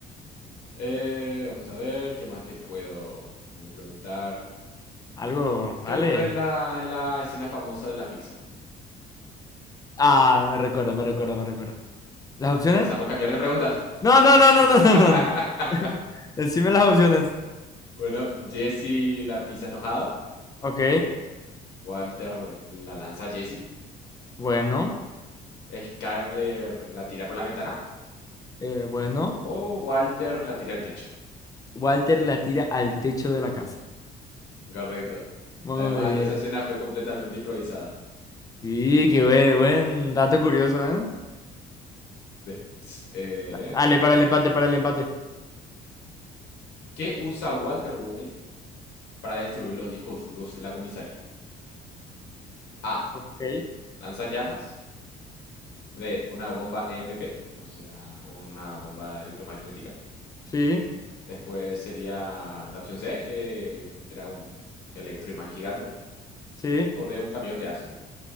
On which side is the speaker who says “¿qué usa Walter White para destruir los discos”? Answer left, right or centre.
Left